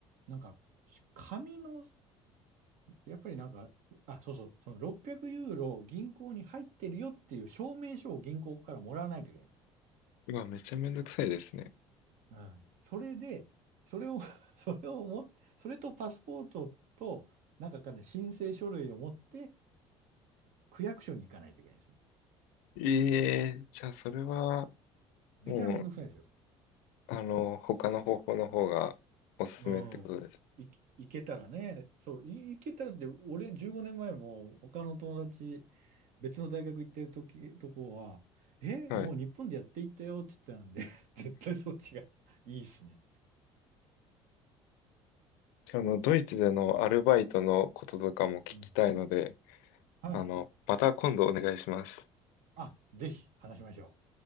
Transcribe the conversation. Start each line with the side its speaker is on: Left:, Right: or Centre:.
Right: なんか、紙の、やっぱりなんか、あ、そうそう、その600ユーロ銀行に入ってるよっていう証明書を銀行からもらわないといけない。
Left: まあ、めちゃめんどくさいですね。
Right: うん。それで、それを <laughs> それをも、それとパスポートと、なんかかね、申請書類を持って、区役所に行かないといけないですね。
Left: ええ、じゃあ、それは、
Right: めちゃめんどくさいですよ。
Left: もう、あの、他の方法の方がおすすめってことです。
Right: うん。い、いけたらね。そう、い、いけたらって、俺、15年前も他の友達、別の大学行ってる時、とこは、え、
Left: はい。
Right: もう日本でやっていったよって言ってたんで、<laughs> 絶対そっちがいいっすね。
Left: あの、ドイツでのアルバイトのこととかも聞きたいので、
Right: うん。はい。
Left: あの、また今度お願いします。
Right: あ、ぜひ話しましょう。